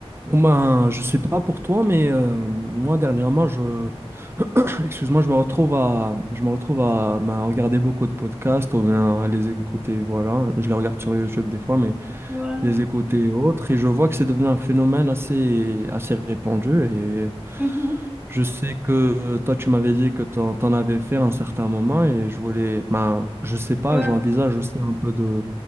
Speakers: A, on the right; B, in the centre.
A: Bon ben, je sais pas pour toi, mais euh, moi dernièrement, je, <laughs> <clears throat> excuse-moi, je me retrouve à, je me retrouve à ben, regarder beaucoup de podcasts ou bien à les écouter. Voilà, je les regarde sur YouTube des fois, mais
B: Ouais.
A: les écouter et autres. Et je vois que c'est devenu un phénomène assez, assez répandu. Et
B: Mhm.
A: je sais que euh, toi, tu m'avais dit que t'en, t'en avais fait à un certain moment. Et je voulais, ben, je sais pas,
B: Ouais,
A: j'envisage aussi un peu de,